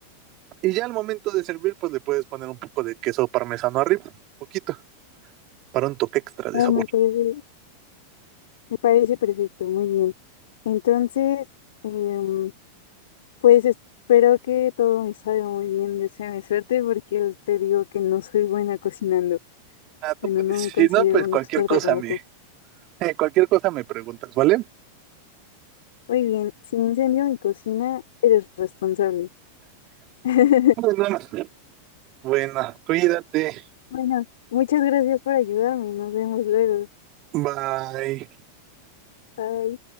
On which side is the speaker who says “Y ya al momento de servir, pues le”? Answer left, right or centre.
Right